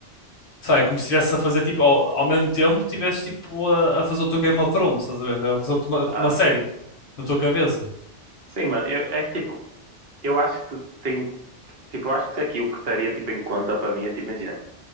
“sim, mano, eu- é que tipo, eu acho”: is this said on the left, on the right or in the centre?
Right